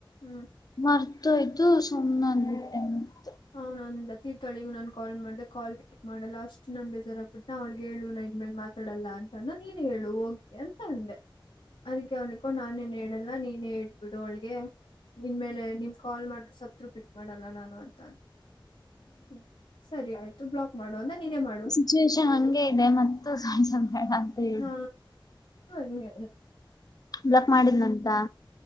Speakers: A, on the left; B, on the left.
A: ಹ್ಮ್
B: ಮರ್ತೋಯ್ತು ಸುಮಮ್ಮನೆ ಅಂದ್ಬಿಟ್ಟೆ
A: ಹ ನಂದ ತೀರ್ಥಳಿಗ ನಾನ್ ಕಾಲ್ ಮಾಡ್ದೆ ಕಾಲ್ ಚಿಕ್ ಮಾಡಲ್ಲ ಅಷ್ಟು ನಾನನ್ ಬೇಜಾರಾಗಗ್ಬಿಟ್ಟನ ಅವ್ಗ್ ಹೇಳು ನ ಇನ್ ಮೇಲೆ ಮಾತಾಡಲ್ಲ ಅಂತ ಅಂದ ನೀನ ಹೇಳು ಹೋಗಿ ಅಂತ ಅಂದೆ ಅದಕ್ಕೆ ಅವನಕ್ಕೋ ನಾನೇನ್ ಹೇಳ ಲ್ಲ ನೀನೇ ಇಟ್ಬಿಡು ಅವಳ್ಗೆ ನಿನ್ ಮೇಲೆ ನಿಮ್ ಕಾಲ್ ಮಾಡ್ರರು ಸತ್ರು ಪಿಕ್ ಮಾಡಲ್ಲ ನಾನು ಅ ಅ ಹ್ಮ ಸರಿ ಆಯ್ತು ಬ್ಲಾಕ್ ಮಾಡು ಅಂದ ನೀನೇ ಮಾಡು
B: ಸಿಚುವೇಷನ್ ಹಂಗೆ ಇದೆ ಮತ್ತು ಸ್ಸವಲ್ಪ ಬೇಡ ಹೇಳಿ
A: ಹಾ ಹ್ಮ
B: ಬ್ಲಕ್ ಮಾಡಿದ್ನಂತ